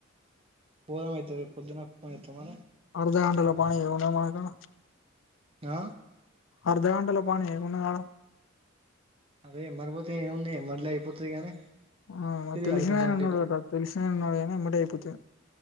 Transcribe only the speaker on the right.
పోదాం అయితే రేపు పొద్దు నా ఫోన్ చేతవ మల్లా
ఆ
అదే మరిపోతే ఏముంది ఏ మరలే అయిపోతుంది కానీ
తిరగాలి
కొంచెం అటు
ఇటు